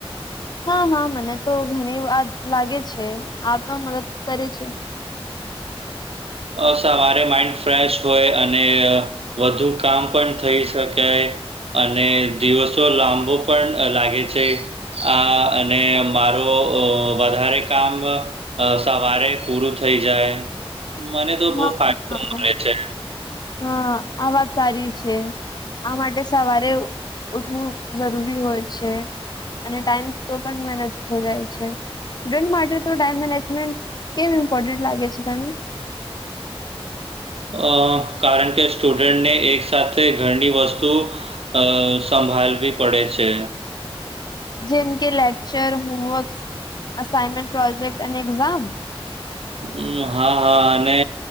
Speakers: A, on the left (about 45°); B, on the right (about 75°).
A: હા હા મને તો ઘણી વાત લાગે છે આ તો મદદ કરે છે.
B: અ સવારે માઈન્ડ ફ્રેશ હોય અને વધુ કામ પણ થઈ શકાય અને દિવસો લાંબો પણ લાગે છે. આ અને મારવો ઓ વધારે કામ અ સવર પૂરું થઈ જાય મને તો બહ
A: હા
B: ફાયદો
A: હા
B: મળે છે.
A: હા આ વાત સારી છે. આ માટે સવારે ઉઠવું જરૂરી હોય છે. અને ટાઈમ તો પણ મેનેજ હો જાય છે. સ્ટુડન્ટ માટે તો ટાઈમ મેનેજમેન્ટ કેમ ઇમ્પોર્ટન્ટ લાગે છે? તને?
B: અ કારણ કે સ્ટુડન્ટને એક સાથે ઘરની વસ્તુ અ સભાલવી પડે છે.
A: જેમ કે લેક્ચર, હોમવર્ક, અસાઈમેન્ટ પ્રોજેક્ટ અને એક્ઝામ.
B: હમ હા હા અને